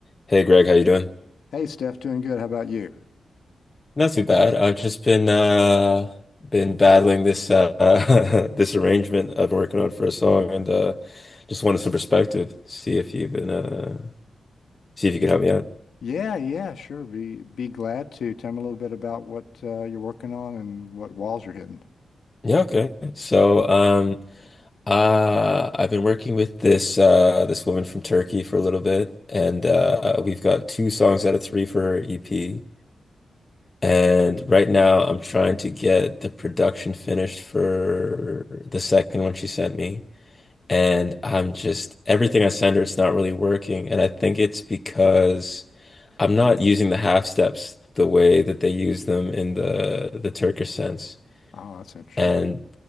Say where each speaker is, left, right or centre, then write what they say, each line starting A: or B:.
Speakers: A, on the left; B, on the left.
A: Hey Greg, how you doing?
B: Hey Steph, doing good. How about you?
A: Not too bad. I've just been uh been battling this uh <laughs> this arrangement I've been working on for a song and uh just wanted some perspective. See if you've been uh see if you could help me out.
B: Yeah, yeah, sure. Be be glad to. Tell me a little bit about what uh, you're working on and what walls you're hitting.
A: Yeah, okay. So um uh I've been working with this uh this woman from Turkey for a little bit and uh we've got two songs out of three for her EP. And right now, I'm trying to get the production finished for the second one she sent me. And I'm just, everything I send her, it's not really working. And I think it's because I'm not using the half steps the way that they use them in the the Turkish sense.
B: Oh, that's interesting.
A: And